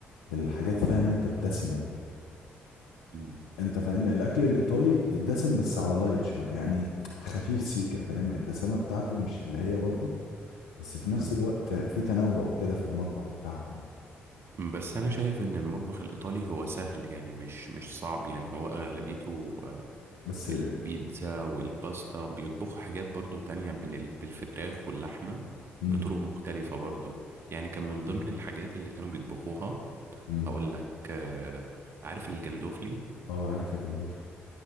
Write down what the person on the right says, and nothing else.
مم.
مم.
مم.
بس انا شايف ان المطبخ الايطالي هو سهل يعني مش مش صعب يعني هو اغلبيته آه،
البيتزا والباستا بيطبخوا حاجات برضو تانية بين ال- بالفراخ واللحمة
بطرق مختلفة برضو يعني كان من ضمن الحاجات اللي كانوا بيطبخوها
هقول لك آه، عارف الجندوفلي